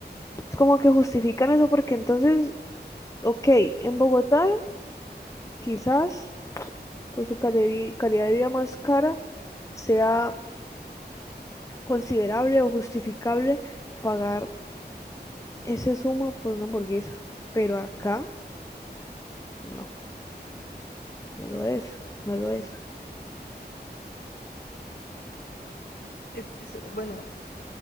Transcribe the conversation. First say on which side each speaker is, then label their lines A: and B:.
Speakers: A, on the left (about 15°); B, on the left (about 60°).
A: es como que justifican eso porque entonces, ok, en Bogotá quizás por su cali- calidad de vida más cara sea considerable o justificable pagar ese suma por una hamburguesa, pero acá no, no lo es, no lo es.
B: es que, eso- bueno,